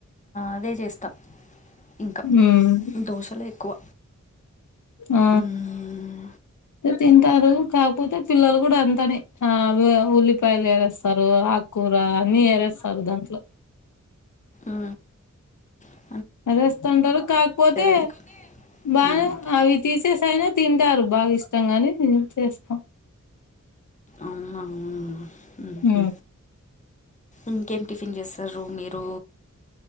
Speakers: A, on the left; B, on the left.
A: అదే చేస్తాం ఇంక
B: ఉమ్
A: దోశలే ఎక్కువ
B: ఆ
A: హ్మ్.
B: తింటారు కాకపోతే పిల్లలు కూడా అంతనే ఆ ఉల్లిపాయలు వేరేస్తారు ఆకూర అన్ని ఏరేస్తారు దాంట్లో
A: ఆ ఆ
B: అరుస్తాంటారు కాకపోతే
A: ఎందుకు?
B: బాగా
A: హ్మ్.
B: అవి తీసేసైనా తింటారు బాగా ఇష్టంగానే చేస్తాం
A: అవునా! హుహు.
B: హ
A: ఇంకేం టిఫిన్ చేస్తారు మీరు